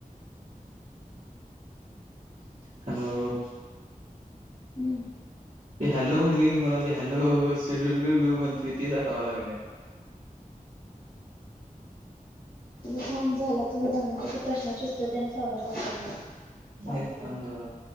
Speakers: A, on the right; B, on the left.
A: हॅलो!
B: हम्म
A: ते हॅलो! म्हणले की मला ते हॅलो! शुलुलूलू म्हणतयं तेच आठवाय लागलयं आता.
B: थांब झालेत, तुझं दहा मिनिट प्रश्नाचे उत्तर दे आणि साधा कॉल कर मला. सांगतो
A: ए
B: तुला.
A: थांब जरा